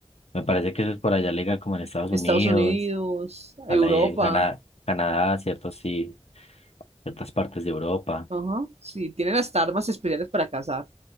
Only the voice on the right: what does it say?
Estados
Unidos,
Europa,
ajá, sí, tienen hasta armas especiales para cazar,